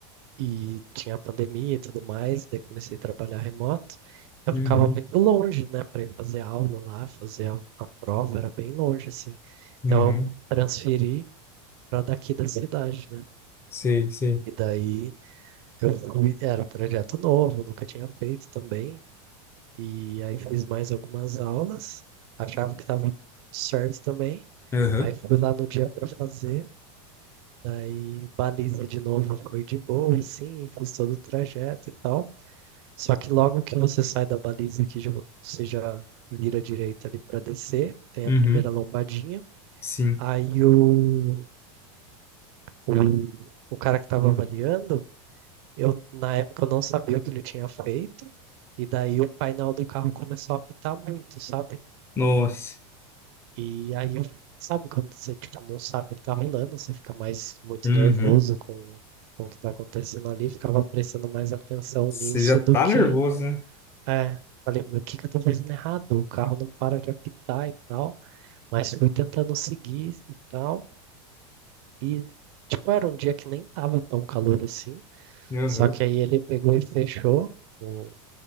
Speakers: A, on the right; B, on the left.
A: e tinha a pandemia e tudo mais, daí comecei a trabalhar remoto. Eu
B: Uhum,
A: ficava muito longe, né, para ir fazer aula lá, fazer a, a prova, era bem longe, assim.
B: uhum,
A: Então eu transferi para daqui da cidade, né?
B: sei, sei.
A: E daí eu fui, era um projeto novo, nunca tinha feito também. E aí fiz mais algumas aulas, achava que estava certo também.
B: Aham,
A: Aí fui lá no dia para fazer, daí baliza de novo foi de boa, assim, fiz todo o trajeto e tal. Só que logo que você sai da baliza aqui, já vo- você já vira à direita ali para descer, tem
B: uhum,
A: a primeira lombadinha.
B: sim.
A: Aí o, o, o cara que estava avaliando, eu na época eu não sabia o que ele tinha feito, e daí o painel do carro começou a apitar muito, sabe?
B: Nossa.
A: E aí, eu- sabe quando você tipo, não sabe o que tá rolando, você fica mais muito
B: Uhum.
A: nervoso com, com o que tá acontecendo ali, ficava prestando mais atenção
B: Você
A: nisso
B: já
A: do
B: tá
A: que
B: nervoso, né?
A: É, falei, meu, o que que eu tô fazendo errado? O carro não para de apitar e tal, mas fui tentando seguir e tal, e tipo, era um dia que nem tava tão calor assim,
B: Aham,
A: só que aí ele pegou e fechou o